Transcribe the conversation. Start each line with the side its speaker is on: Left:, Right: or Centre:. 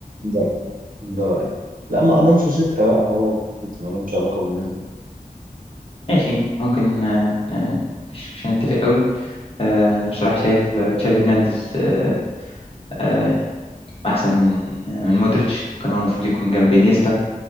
Right: ده ده رأيي لا ما الونسو ستة بقى هو ستة مالهمش علاقة بالناس دي
Left: ماشي ممكن آه، آه، مش مش هنتفق قوي آه، انا بصراحه شايف آه، تشافي هرنانديز آه، آه، احسن من آه، من مودريتش كان هو المفروض يكون جنب انيستا